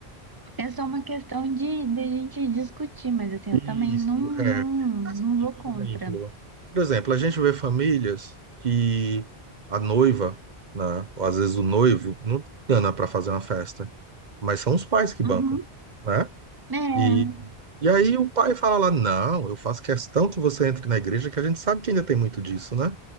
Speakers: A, on the right; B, on the right.
A: É só uma questão de, de gente discutir, mas assim, eu
B: Isso,
A: também não,
B: é.
A: não, não
B: Assim, por
A: vou contra.
B: exemplo, por exemplo, a gente vê famílias que a noiva, né, ou às vezes o noivo, não tem grana para fazer uma festa, mas são os pais que bancam,
A: Uhum.
B: né?
A: É,
B: E, e aí o pai fala lá, não, eu faço questão que você entre na igreja, que a gente sabe que ainda tem muito disso, né?